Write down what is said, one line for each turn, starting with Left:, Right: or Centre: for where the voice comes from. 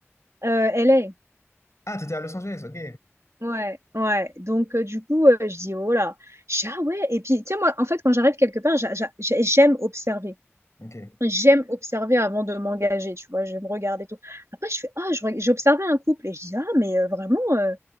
Right: là, euh, LA.
Left: Ah, t'étais à Los Angeles, ok.
Right: Ouais, ouais. Donc, euh, du coup, euh, je dis, oh là, Je dis, ah ouais. Et puis, tu sais, moi, en fait, quand j'arrive quelque part, j'a- j'a- j'ai- j'aime observer.
Left: Ok.
Right: J'aime observer avant de m'engager, tu vois, je me regarde et tout. Après, je fais, ah, je reg- j'ai observé un couple et je dis, ah, mais euh, vraiment, euh,